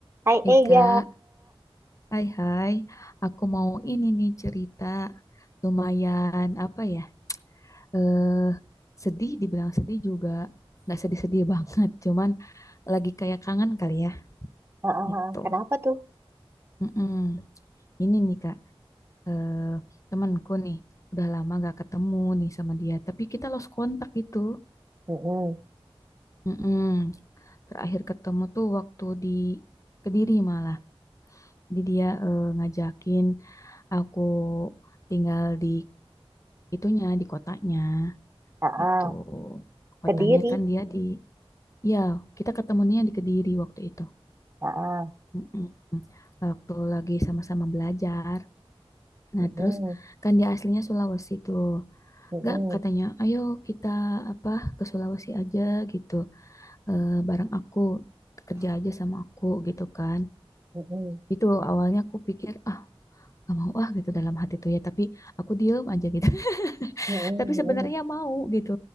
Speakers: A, on the right (about 25°); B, on the left (about 35°).
A: Hai
B: Hei
A: Ega,
B: kak, hai hai, aku mau ini nih cerita lumayan apa ya, eh sedih, dibilang sedih juga, nggak sedih-sedih <laughs> banget, cuman lagi kayak kangen kali ya,
A: Heeh,
B: gitu.
A: heeh. kenapa tuh?
B: Mm-mm. Ini nih kak, eh temanku nih, udah lama nggak ketemu nih sama dia, tapi kita lost kontak gitu.
A: Mm-mm.
B: Mm-mm. Terakhir ketemu tuh waktu di Kediri malah, jadi dia eh, ngajakin aku tinggal di itunya di kotanya
A: Heeh.
B: itu kotanya
A: Kediri,
B: kan dia di ya kita ketemunya di Kediri waktu itu
A: Heeh.
B: Mm-mm. waktu lagi sama-sama belajar nah
A: Mm-mm.
B: terus kan dia aslinya Sulawesi tuh
A: Mm-mm.
B: Gak katanya ayo kita apa ke Sulawesi aja gitu Eh, bareng aku kerja aja sama aku gitu kan
A: Mm-mm.
B: itu awalnya aku pikir ah gak mau ah gitu dalam hati tuh ya tapi aku diem aja gitu
A: Mm-mm.
B: tapi
A: Mm-mm.
B: sebenarnya mau gitu